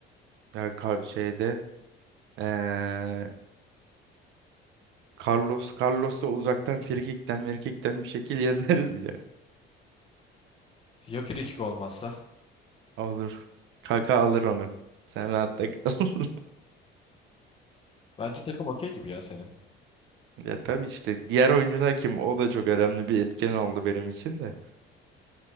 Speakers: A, on the right; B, on the left.
A: Ya kar şeyde eee, Carlos Carlos'a uzaktan frikikten merkikten bir şekil yazarız ya.
B: Ya frikik olmazsa?
A: Olur. Kaka alır onu. Sen rahat da kal. <laughs>
B: Bence takım okey gibi ya senin.
A: Ya tabii işte diğer oyuncular kim? O da çok önemli bir etken oldu benim için de.